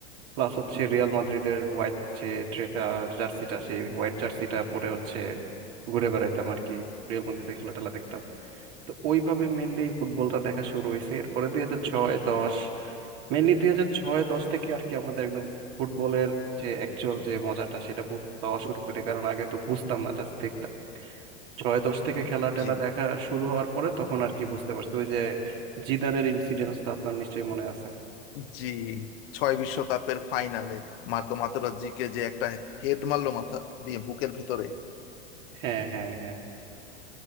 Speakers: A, on the right; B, on the left.
A: প্লাস হচ্ছে রিয়াল মাদ্রিদের হোয়াইট যে ড্রে- আহ, জার্সিটা সেই হোয়াইট জার্সিটা পরে হচ্ছে ঘুরে বেড়াইতাম আর কি রিয়াল মাদ্রিদের খেলা টেলা দেখতাম তো ওইভাবে মেনলি ফুটবলটা দেখা শুরু হয়েছে এরপরে দুই হাজার ছয় দশ মেনলি দুই হাজার ছয় দশ থেকে আর কি আমাদের একদম ফুটবলের যে অ্যাকচুয়াল যে মজাটা সেটা বু- পাওয়া শুরু করে কারণ আগে তো বুঝতাম না জাস্ট দেখতাম ছয় দশ থেকে খেলা টেলা
B: জি
A: দেখা শুরু হওয়ার পরে তখন আর কি বুঝতে পারছি ওই যে জিদানের ইনসিডেন্টস তো আপনার নিশ্চয়ই মনে আছে
B: জি ছয় বিশ্বকাপের ফাইনালে মার্কো মাতেরাজ্জিকে যে একটা হেড মারলো মাথা দিয়ে বুকের ভেতরে
A: হ্যাঁ হ্যাঁ হ্যাঁ